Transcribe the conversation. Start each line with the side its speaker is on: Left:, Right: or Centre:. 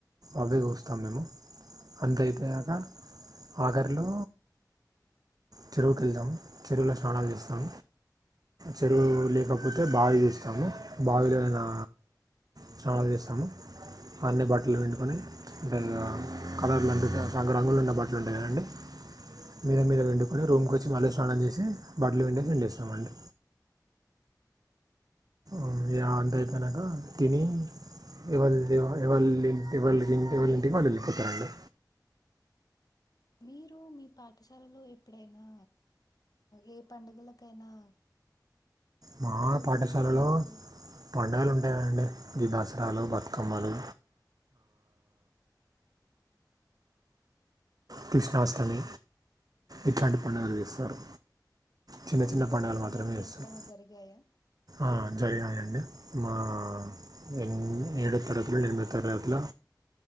Right: అవే పూస్తాం మేము అంతైపెనక ఆగరిలో చెరువుకు వెళ్దాం చెరువుల స్నానాలు చేస్తాం చెరువు లేకపోతే బావి చూస్తాము బావిలో నా స్నానాలు చేస్తాము అన్నే బట్టలు పిండుకొని అంటే కలర్లుంటేంగ రంగు రంగులు ఉన్న బట్టలు ఉంటాయి కదండి మీద మీద పిండుకుని రూమ్కి వచ్చి మళ్ళీ స్నానం చేసి బట్టలు పిండేసి ఏండేస్తామండి అంతీగ అంత అయిపోయినంక తిని ఎవల్ ఎవాల్ ఇంటి వాళ్ళు ఇంటికి వాళ్ళు వెళ్ళిపోతారండి
Left: మీరు మీ పాఠశాలలో ఎప్పుడైనా ఏ పండుగలకైనా
Right: మా
Left: కలిసి
Right: పాఠశాలలో
Left: మీ స్నేహితులు
Right: పండుగలు ఉంటాయి అండి ఈ దాసరాలు బతుకమ్మలు కృష్ణాష్టమి ఇట్లాంటి పండుగలు చేస్తారు చిన్న
Left: కుండి
Right: చిన్న
Left: కొట్టడం
Right: పండుగలు మాత్రమే
Left: లాంటివి
Right: చేస్తారు
Left: ఎప్పుడైనా జరిగాయా
Right: ఆ జరిగినయండి మా మేము ఏడో తరగతిలో ఎనిమిదో తరగతిల